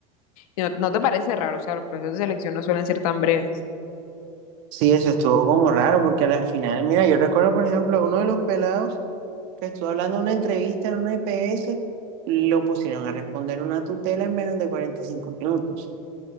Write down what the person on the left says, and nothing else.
¿No, no te parece raro? O sea, los procesos de selección no suelen ser tan breves.